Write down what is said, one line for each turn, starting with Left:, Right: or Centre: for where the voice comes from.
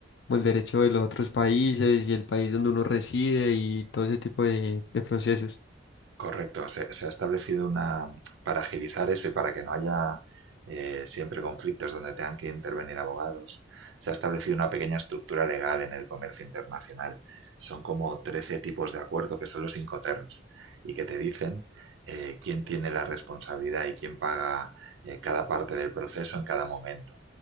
Left: como el derecho de los otros países y el país donde uno reside y todo ese tipo de, de procesos.
Right: Correcto, se, se ha establecido una para agilizar eso y para que no haya eh, siempre conflictos donde tengan que intervenir abogados. Se ha establecido una pequeña estructura legal en el comercio internacional. Son como 13 tipos de acuerdo que son los Incoterms y que te dicen eh, quién tiene la responsabilidad y quién paga eh, cada parte del proceso en cada momento.